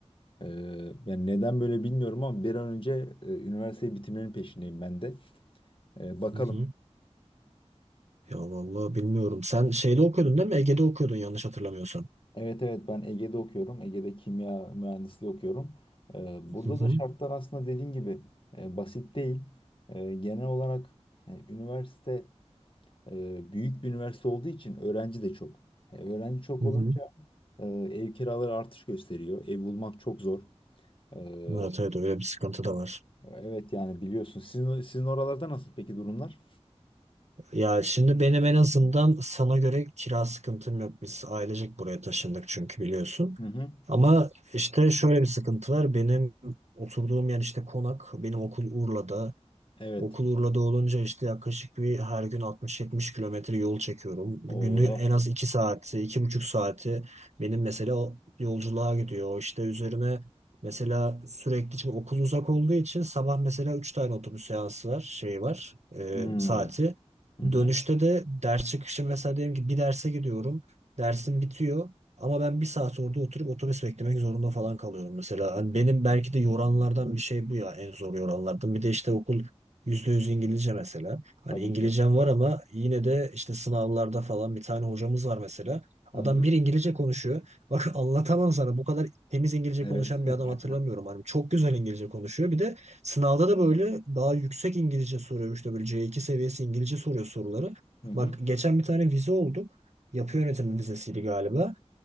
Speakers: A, on the left (about 50°); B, on the right (about 80°).
A: Eee, yani neden böyle bilmiyorum ama bir an önce e, üniversiteyi bitirmenin peşindeyim ben de. Eee, bakalım.
B: Hı hı. Ya vallahi bilmiyorum. Sen şeyde okuyordun değil mi? Ege'de okuyordun yanlış hatırlamıyorsam.
A: Evet evet ben Ege'de okuyorum. Ege'de kimya mühendisliği okuyorum. Eee, burada
B: Hı hı.
A: da şartlar aslında dediğin gibi e, basit değil. Eee, genel olarak e, üniversite e, büyük bir üniversite olduğu için öğrenci de çok. E, öğrenci çok
B: Hı
A: olunca
B: hı.
A: Ee, ev kiraları artış gösteriyor. Ev bulmak çok zor. Ee,
B: Evet evet öyle bir sıkıntı da var.
A: evet yani biliyorsun. Sizin, sizin oralarda nasıl peki durumlar?
B: Ya şimdi benim en azından sana göre kira sıkıntım yok. Biz ailecek buraya taşındık çünkü biliyorsun.
A: Hı hı.
B: Ama işte şöyle bir sıkıntı var. Benim oturduğum yer işte konak. Benim okul Urla'da.
A: Evet.
B: Okul Urla'da olunca işte yaklaşık bir her gün 60-70 kilometre yol çekiyorum. Günlük
A: O.
B: en az 2 saati, iki buçuk saati benim mesela o yolculuğa gidiyor. O İşte üzerine mesela sürekli şimdi okul uzak olduğu için sabah mesela 3 tane otobüs seansı var, şey var, e,
A: Hmm.
B: saati.
A: Hı hı.
B: Dönüşte de ders çıkışı mesela diyelim ki bir derse gidiyorum. Dersim bitiyor. Ama ben bir saat orada oturup otobüs beklemek zorunda falan kalıyorum mesela. Hani benim belki de yoranlardan bir şey bu ya en zor yoranlardan. Bir de işte okul Yüzde yüz İngilizce mesela. Hani
A: Tabii
B: İngilizcem
A: ki.
B: var ama yine de işte sınavlarda falan bir tane hocamız var mesela.
A: Hı
B: Adam
A: hı.
B: bir İngilizce konuşuyor. Bak <laughs> anlatamam sana bu kadar temiz İngilizce
A: Evet.
B: konuşan
A: <laughs>
B: bir adam hatırlamıyorum. Hani çok güzel İngilizce konuşuyor. Bir de sınavda da böyle daha yüksek İngilizce soruyor. İşte böyle C2 seviyesi İngilizce soruyor soruları.
A: Hı hı.
B: Bak geçen bir tane vize olduk. Yapı yönetimi vizesiydi galiba.